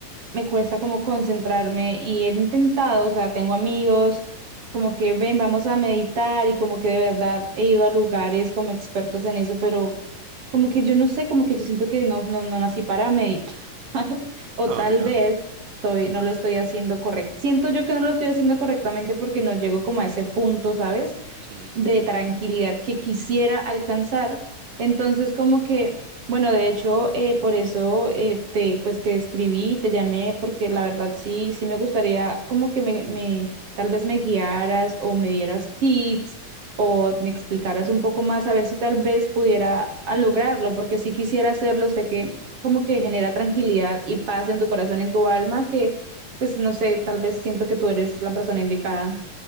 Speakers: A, on the right; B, on the right.
A: me cuesta como concentrarme y he intentado, o sea, tengo amigos como que ven, vamos a meditar y como que de verdad he ido a lugares como expertos en eso, pero como que yo no sé, como que yo siento que no, no, no nací para meditar <laughs> o
B: Ah,
A: tal
B: mira.
A: vez estoy, no lo estoy haciendo correcto. Siento yo que no lo estoy haciendo correctamente porque no llego como a ese punto, ¿sabes?
B: Mm,
A: de tranquilidad que quisiera alcanzar. Entonces, como que, bueno, de hecho, eh, por eso eh, te, pues te escribí, te llamé, porque la verdad sí, sí me gustaría como que me, me, tal vez me guiaras o me dieras tips o me explicaras un poco más a ver si tal vez pudiera ah, lograrlo, porque si quisiera hacerlo, sé que como que genera tranquilidad y paz en tu corazón, en tu alma, que pues no sé, tal vez siento que tú eres la persona indicada